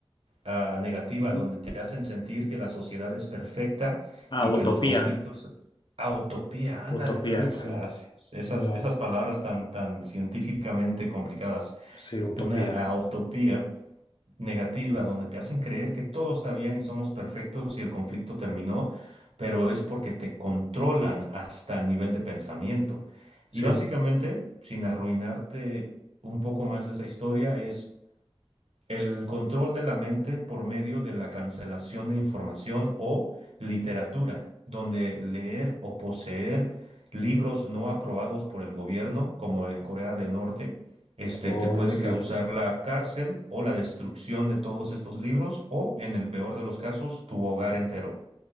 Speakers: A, on the right; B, on the left.
A: ah, negativa,
B: Ujú.
A: donde te hacen sentir que la sociedad es perfecta
B: Ah,
A: y
B: Utopía,
A: que los conflictos... Ah, utopía,
B: Utopía,
A: ándale, perfecto,
B: sí.
A: gracias. Esas,
B: La-
A: esas palabras tan, tan científicamente complicadas.
B: sí, Utopía,
A: Una ah, utopía negativa, donde te hacen creer que todo está bien y somos perfectos y el conflicto terminó, pero es porque te controlan hasta el nivel de pensamiento.
B: sí.
A: Y básicamente, sin arruinarte un poco más de esa historia, es... El control de la mente por medio de la cancelación de información o literatura, donde leer o poseer libros no aprobados por el gobierno, como en Corea del Norte, este
B: Oh,
A: te puede
B: sí.
A: causar la cárcel o la destrucción de todos estos libros o, en el peor de los casos, tu hogar entero.